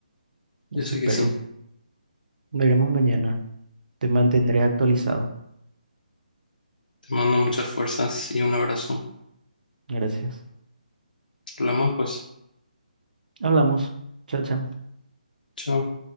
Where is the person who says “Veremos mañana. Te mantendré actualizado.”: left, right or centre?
Right